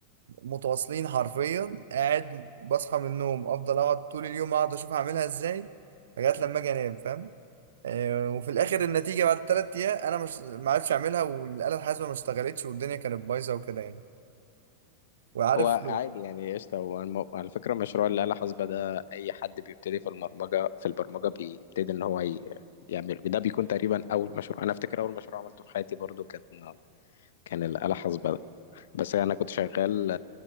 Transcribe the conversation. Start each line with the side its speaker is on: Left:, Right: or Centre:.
Right: متواصلين حرفيا قاعد بصحى من النوم افضل اقعد طول اليوم اقعد اشوف هعملها ازاي لغاية لما اجي انام فاهم آه، وفي الاخر النتيجة بعد التلات ايام انا مش ما عرفتش اعملها والآلة الحاسبة ما اشتغلتش والدنيا كانت بايظة وكده يعني وعارف
Left: هو عادي يعني قشطة هو الم- على فكرة مشروع الآلة حاسبة ده أي حد بيبتدي في البرمجة في البرمجة بيبتدي إن هو ي- يعمله ده بيكون تقريبا أول مشروع أنا أفتكر أول مشروع عملته في حياتي برضو كان كان الآلة حاسبة ده بس أنا كنت شغال